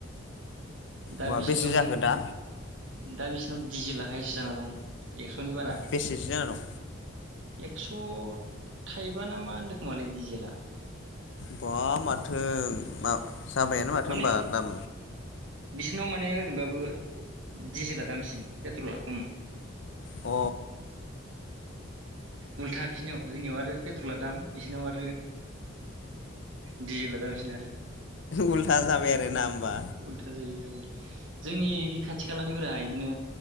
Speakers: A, on the right; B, on the left.
A: दा
B: बा
A: बिसोरनाव
B: बेसे जाखो दा
A: दा बेस नाव दिजेेला हाइस जाना दं एक्सनि बारा
B: बेसेसो जाना दं
A: थ थाइबा ना मा होनदों खोमालै डिजेेला
B: बा माथो मा जाबायानो माथो
A: माने
B: होनबा दाम
A: बिसोरनाव माने ओरैनोबाबो डिजेला दामसिन पेट्रला खम
B: अ
A: उल्था बिसोरनियाव जोंनियाव आरो पेट्रला दाम बिसोरनिाव आरो दिजेेला‌ दामसिन आरो
B: उल्था जाबाय आरोना
A: उल्थ-उल्था
B: होमबा
A: जायो औ जोंनि बे खाथि खालानिफ्राय इदिनो